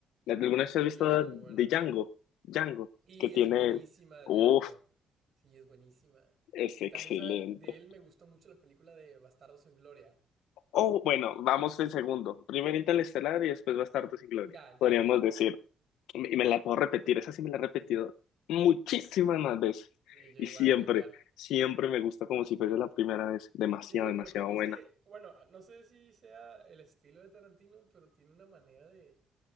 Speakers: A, on the left; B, on the right.
A: ¿alguna vez has
B: Sí,
A: visto
B: son
A: de
B: muy buenas.
A: Django? Django,
B: Y
A: que tiene
B: es buenísima,
A: él. Uf,
B: Django. Sí, es buenísima.
A: es
B: Y
A: excelente.
B: también, ¿sabes? De él me gustó mucho la película de Bastardos en Gloria.
A: Oh, bueno, vamos en segundo. Primero Interestelar y después Bastardos sin Gloria.
B: Ya,
A: Podríamos
B: ya, ya, ya.
A: decir, y me la puedo repetir, esa sí me la he repetido muchísimas más veces.
B: Sí, yo
A: Y
B: igual,
A: siempre,
B: yo igual.
A: siempre me gusta como si fuese la primera vez. Demasiado,
B: Sí,
A: demasiado
B: porque es
A: buena.
B: que, bueno, no sé si sea el estilo de Tarantino, pero tiene una manera de,